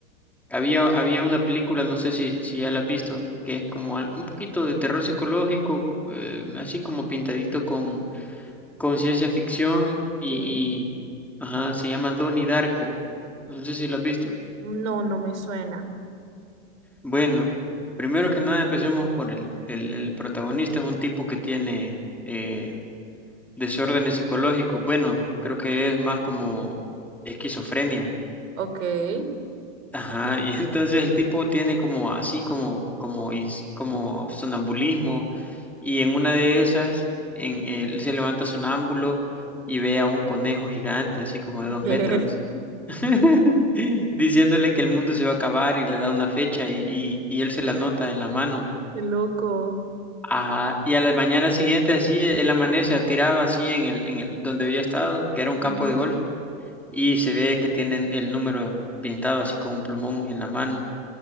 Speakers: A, in the centre; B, on the right (about 80°).
A: Había, había una película, no sé si, si ya la has visto, que es como al- un poquito de terror psicológico, eh, así como pintadito con, con ciencia ficción y,
B: sí,
A: y- ajá, se llama Donnie Darko. No sé si la has visto.
B: no, no me suena.
A: Bueno, primero que nada empecemos por el, el, el protagonista, es un tipo que tiene eh, desórdenes psicológicos. Bueno, creo que es más como esquizofrenia.
B: Ok, <laughs>
A: Ajá, y <laughs> entonces el tipo tiene como así como como ins- como sonambulismo y en una de esas en él se levanta sonámbulo y ve a un conejo gigante así como de dos
B: qué
A: metros <laughs> diciéndole que el mundo se va a acabar y le da una fecha y, y, y él se la nota en la mano.
B: loco.
A: Ajá, y a la mañana siguiente así él amanece tirado así en el en el donde había estado, que era un campo
B: Ujú.
A: de golf y se ve que tienen el número pintado así con un plumón en la mano.